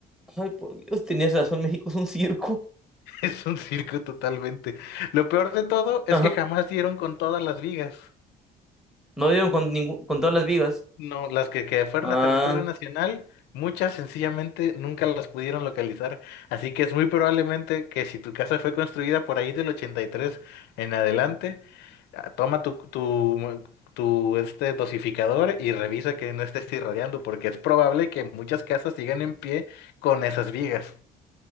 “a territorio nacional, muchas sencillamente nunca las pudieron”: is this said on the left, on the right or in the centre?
Left